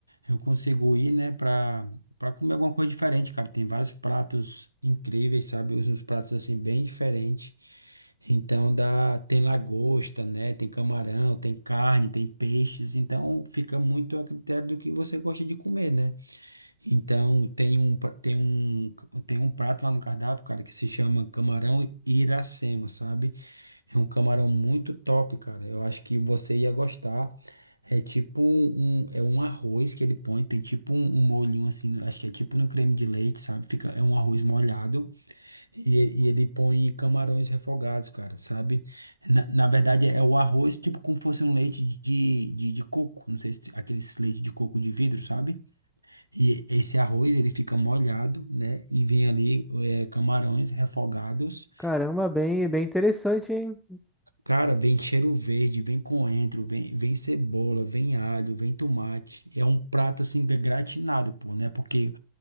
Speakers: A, on the right; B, in the centre.
A: eu consigo ir, né, pra, pra comer alguma coisa diferente, cara. Tem vários pratos incríveis, sabe? Uns uns pratos, assim, bem diferentes. Então, dá, tem lagosta, né? Tem camarão, tem carne, tem peixes. Então, fica muito a critério do que você gosta de comer, né? Então, tem um, pra- tem um, tem um prato lá no cardápio, cara, que se chama camarão Iracema, sabe? É um camarão muito top, cara. Eu acho que você ia gostar. É tipo um, é um arroz que ele põe, tem tipo um, um molhinho assim, acho que é tipo no creme de leite, sabe? Fica, é um arroz molhado e, e ele põe camarões refogados, cara, sabe? Na, na verdade é o arroz tipo como fosse um leite de, de, de coco, não sei se aqueles leite de coco de vidro, sabe? E esse arroz, ele fica molhado, né? E vem ali é, camarões refogados.
B: Caramba, bem, bem interessante, hein?
A: Cara, vem cheiro verde, vem coentro, vem, vem cebola, vem alho, vem tomate. É um prato, assim, gra- gratinado, pô, né? Porque